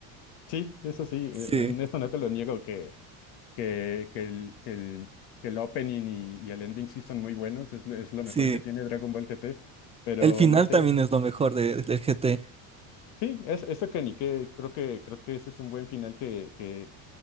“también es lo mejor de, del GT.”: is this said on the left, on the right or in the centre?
Right